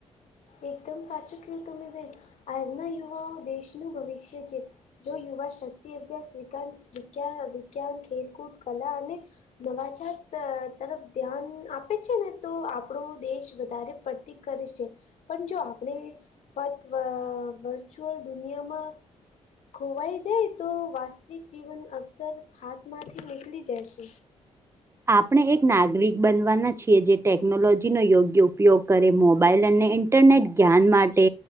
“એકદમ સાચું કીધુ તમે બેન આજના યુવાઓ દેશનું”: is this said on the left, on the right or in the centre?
Left